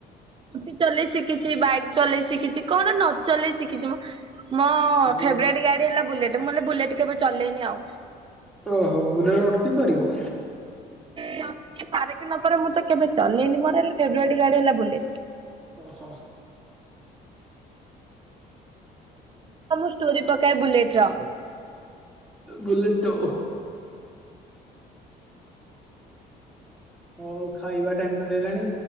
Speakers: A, on the right; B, in the centre.
A: ସ୍କୁଟି ଚଲେଇ ଶିଖିଚି, ବାଇକ୍ ଚଲେଇ ଶିଖିଚି କଣ ନ ଚଲେଇ ଶିଖିଚି ମ। ମୋ
B: ଯୋଉ
A: ଫେବରାଇଟ୍ ଗାଡି ହେଲା ବୁଲେଟ, ମୁଁ ବଲେ ବୁଲେଟ କେବେ ଚଲେଇନି ଆଉ।
B: ଓହୋ ବୁଲେଟ ଅଟକେଇ ପାରିବ।
A: <inaudible> ପାରେ କି ନପାରେ ମୁଁ ତ କେବେ ଚଲେଇନି ମୋର ହେଲେ ଫେବରାଇଟ ଗାଡି ହେଲା ବୁଲେଟ।
B: ଓହୋ।
A: ହଁ ମୁଁ ଷ୍ଟୋରି ପକାଏ ବୁଲେଟ ର।
B: ବୁଲେଟୋ। ହଉ ଖାଇବା ଟାଇମ ତ ହେଇ ଗଲାଣି,